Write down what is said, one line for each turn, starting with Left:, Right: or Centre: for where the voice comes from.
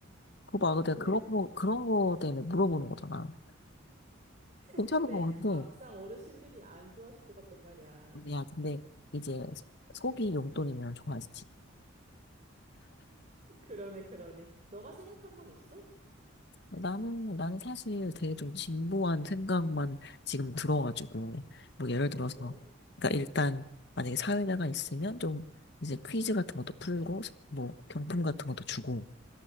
Left: 그거 봐, 내가
Right: 그래?
Left: 그런 거, 그런 거 때문에 물어보는 거잖아.
Right: <laughs>
Left: 괜찮은
Right: 근데
Left: 거 같아.
Right: 막상 어르신들이 안 좋아하실 것 같단 말이야.
Left: 야, 근데 이제 속이 용돈이면 좋아하지.
Right: <laughs> 그러네, 그러네. 너가 생각한 건 있어?
Left: 나는, 나는 사실 되게 좀 진보한 생각만 지금 들어가지고, 뭐 예를
Right: 어떤
Left: 들어서,
Right: 거?
Left: 그러니까
Right: 음,
Left: 일단 만약에 사회자가 있으면 좀 이제 퀴즈 같은 것도 풀고, 뭐 경품 같은 것도 주고,